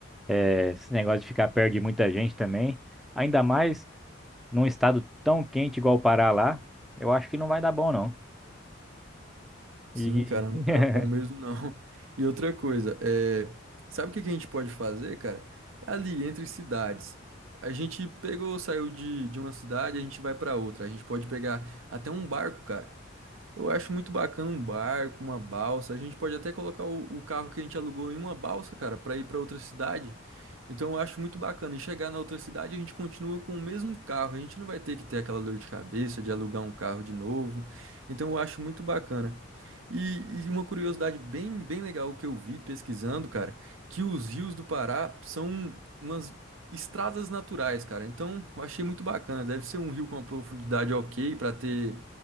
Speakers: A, in the centre; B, on the right.
A: é, esse negócio de ficar perto de muita gente também, ainda mais num estado tão quente igual o Pará lá, eu acho que não vai dar bom não.
B: Sim,
A: E
B: cara, não
A: <laughs>
B: tá bom mesmo não. <laughs> E outra coisa, é... sabe o que que a gente pode fazer, cara? É ali entre cidades. A gente pegou, saiu de, de uma cidade, a gente vai pra outra. A gente pode pegar até um barco, cara. Eu acho muito bacana um barco, uma balsa. A gente pode até colocar o, o carro que a gente alugou em uma balsa, cara, pra ir pra outra cidade. Então eu acho muito bacana. E chegar na outra cidade, a gente continua com o mesmo carro. A gente não vai ter que ter aquela dor de cabeça de alugar um carro de novo. Então eu acho muito bacana. E, e uma curiosidade bem, bem legal que eu vi pesquisando, cara, que os rios do Pará são umas estradas naturais, cara. Então eu achei muito bacana. Deve ser um rio com uma profundidade ok para ter